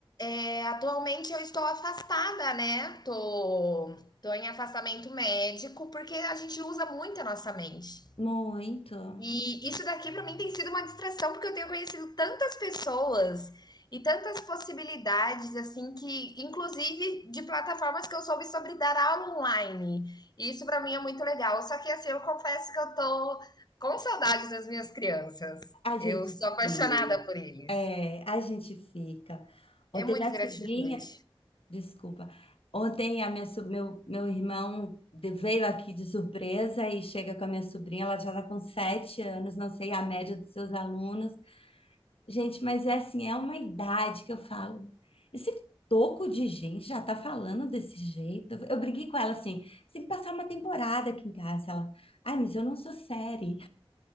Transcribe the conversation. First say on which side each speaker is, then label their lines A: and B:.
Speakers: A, on the left; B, on the left.
A: eh, atualmente eu estou afastada, né, tô tô em afastamento médico, porque a gente usa muito a nossa mente.
B: Muito.
A: E isso daqui para mim tem sido uma distração, porque eu tenho conhecido tantas pessoas e tantas possibilidades, assim, que inclusive de plataformas que eu soube sobre dar aula online. E isso para mim é muito legal, só que, assim, eu confesso que eu tô com saudades das minhas crianças.
B: A gente
A: Eu sou apaixonada
B: fica.
A: por eles.
B: É, a gente fica. Ontem
A: É muito
B: minha sobrinha,
A: gratificante.
B: desculpa. Ontem a minha, so- meu, meu irmão de- veio aqui de surpresa e chega com a minha sobrinha, ela já está com sete anos, não sei a média dos seus alunos. Gente, mas é assim, é uma idade que eu falo. Esse toco de gente já tá falando desse jeito. Eu briguei com ela assim, você tem que passar uma temporada aqui em casa. Ela, ai, mas eu não sou série.